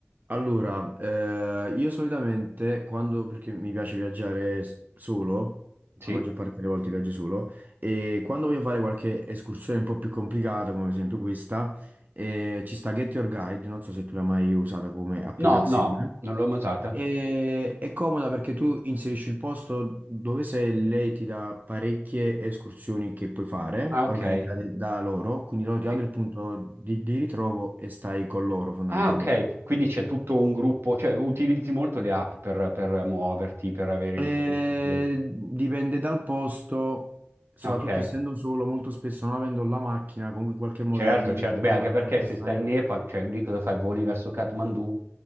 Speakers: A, on the right; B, on the right.
A: Allora, eh, io solitamente quando, perché mi piace viaggiare s- solo,
B: Sì?
A: la maggior parte delle volte viaggio solo, e quando voglio fare qualche escursione un po' più complicata, come ad esempio questa, eh, ci sta Get Your Guide, non so se tu l'hai mai usata come applicazione,
B: No, no, non l'ho mai usata.
A: e è comoda perché tu inserisci il posto dove sei e lei ti dà parecchie escursioni che puoi fare,
B: Ah, ok.
A: organizzate da loro, quindi loro ti
B: Sì.
A: danno il punto di di ritrovo e stai con loro fondamentalmente.
B: Ah, ok. Quindi c'è tutto un gruppo, cioè utilizzi molto le app per, per muoverti, per avere i
A: Eh,
B: riferimenti. vedo.
A: dipende dal posto, soprattutto
B: Ok,
A: essendo solo, molto spesso non avendo la macchina, comunque in qualche modo
B: certo,
A: mi
B: certo.
A: devo
B: Beh,
A: muovere
B: anche perché
A: per non
B: se
A: stare...
B: stai in Nepal, cioè lì cosa fai? Voli verso Kathmandu?